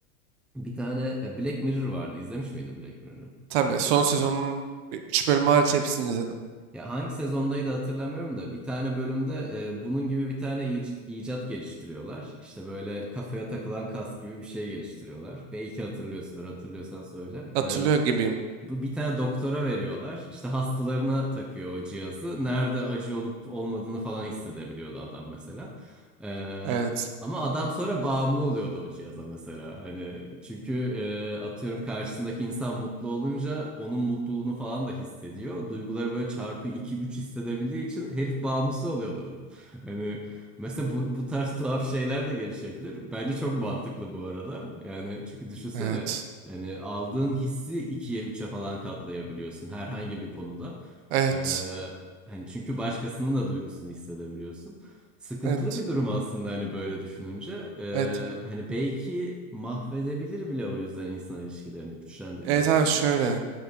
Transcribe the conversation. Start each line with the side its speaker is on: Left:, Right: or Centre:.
Centre: e, bir tane ya Black Mirror vardı. İzlemiş miydin Black Mirror'ı?
Right: Tabii son sezonun 3 bölümü hariç hepsini izledim.
Centre: Ya hangi sezondaydı hatırlamıyorum da bir tane bölümde e, bunun gibi bir tane icat, icat geliştiriyorlar. İşte böyle kafaya takılan kask gibi bir şey geliştiriyorlar. Belki hatırlıyorsundur, hatırlıyorsan söyle.
Right: Hatırlıyor
Centre: E,
Right: gibiyim.
Centre: bu bir tane doktora veriyorlar. İşte hastalarına takıyor o cihazı. Nerede acı olup olmadığını falan hissedebiliyordu adam mesela. Ee,
Right: Evet.
Centre: ama adam sonra bağımlı oluyordu o cihaza mesela. Hani çünkü e, atıyorum karşısındaki insan mutlu olunca onun mutluluğunu falan da hissediyor. Duyguları böyle çarpı iki üç hissedebildiği için herif bağımlısı oluyordu onun. <laughs> Hani mesela bu, bu tarz tuhaf şeyler de gelişebilir. Bence çok mantıklı bu arada. Yani çünkü düşünsene.
Right: Evet.
Centre: Yani aldığın hissi ikiye, üçe falan katlayabiliyorsun herhangi bir konuda.
Right: Evet.
Centre: Ee, hani çünkü başkasının da duygusunu hissedebiliyorsun. Sıkıntılı
Right: Evet.
Centre: bir durum aslında hani böyle düşününce. Ee,
Right: Evet.
Centre: hani belki mahvedebilir bile o yüzden insan ilişkilerini güçlendirmek
Right: Evet abi
Centre: yerine.
Right: şöyle.